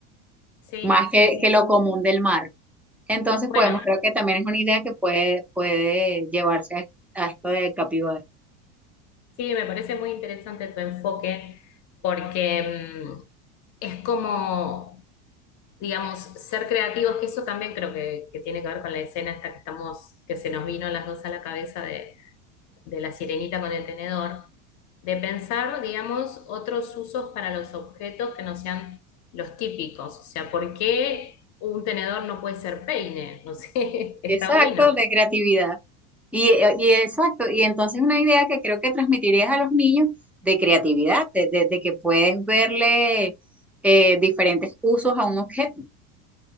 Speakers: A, on the left; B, in the centre.
A: Sí,
B: más que,
A: sí, sí.
B: que lo común del mar. Entonces
A: Bueno,
B: podemos, creo que también es una idea que puede, puede llevarse a, a esto de capibara.
A: sí, me parece muy interesante tu enfoque porque mm, es como, digamos, ser creativos, que eso también creo que, que tiene que ver con la escena esta que estamos, que se nos vino a las dos a la cabeza de, de la sirenita con el tenedor de pensar, digamos, otros usos para los objetos que no sean los típicos. O sea, ¿por qué un tenedor no puede ser peine? No sé, <laughs> está
B: Exacto,
A: bueno.
B: de creatividad. Y, eh, y exacto, y entonces una idea que creo que transmitirías a los niños de creatividad, de, de- de que puedes verle eh, diferentes usos a un objeto,